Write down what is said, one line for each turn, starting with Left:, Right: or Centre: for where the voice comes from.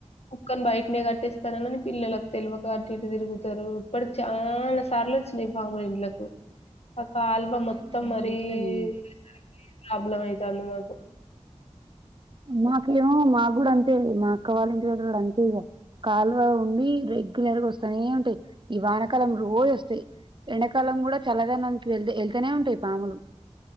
Left: కుక్కని బయటనే కట్టేస్తాను కాని పిల్లలకు తెలువక అటు ఇటు తిరుగుతారు ఇప్పడాకు చాలా సార్లు వచ్చినాయి పాములు ఇంట్లొకు ఒక కాలువ మొత్తం
Right: మేడం
Left: మరీ
Right: అట్లనే
Left: ఉండేసరికి ప్రాబ్లమ్ అయితాంది మాకు
Right: మాకేమో మాక్కూడా అంతే మా అక్క వాళ్ళ ఇంటిదగ్గర కూడా అంతే ఇగ కాలువ ఉండి రెగ్యులర్‌గా వస్తానే ఉంటాయి ఈ వానకాలం రోజు వస్తాయ్ ఎండాకాలం కూడా చల్లదనానికి వెళ్ ఎళ్తనే ఉంటాయి పాములు